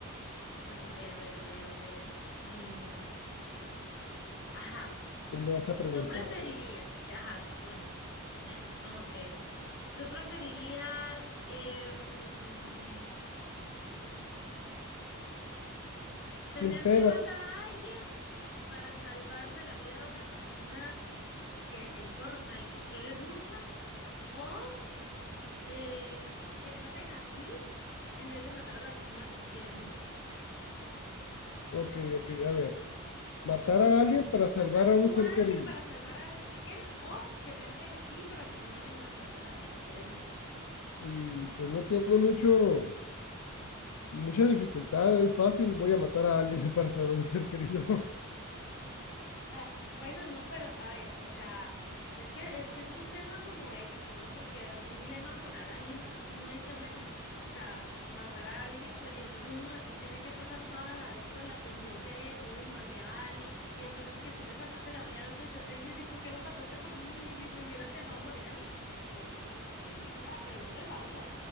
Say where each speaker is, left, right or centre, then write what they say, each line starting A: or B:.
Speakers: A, on the left (about 50°); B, on the left (about 80°).
A: pues a ver, a ver, a ver, a ver. Y, mm, ajá,
B: me vas a preguntar?
A: ¿tú preferirías
B: A ver.
A: que, ajá, tú, bueno, es <laughs> es como que... ¿Tú preferirías em, tener
B: Sin pena.
A: que matar a alguien para salvarle la vida a una persona que te importa y que quieres mucho? ¿O eh, que te maten a ti en vez de matar a la persona que tú quieres mucho?
B: Ok, ok, a ver. Matar
A: O
B: a
A: sea,
B: alguien para salvar
A: matar
B: a un
A: tú
B: ser
A: a
B: querido.
A: alguien para salvar a alguien que quieres o que te maten a ti para que no maten a la persona que tú quieres mucho.
B: Mm, pues no tiene mucho, muchas dificultades. Es fácil, voy a matar a alguien <laughs> para salvar a un ser querido. <laughs>
A: Ah, bueno, no, pero a ver, o sea, es que es que es un tema como ético, ¿no? Porque es un dilema moral ahí, ¿no? Uno dice, bueno, o sea, matar a alguien, pues, y entonces uno después tiene que pasar toda la vida con la conciencia ahí de que, uy, maté a alguien, y entonces que tú le salvaste la vida al otro y te está diciendo, ¿y por qué lo mataste por mí? Lo hubi- me hubieras dejado morir a mí. Entonces, pues, sí, sí, la pregunta es válida.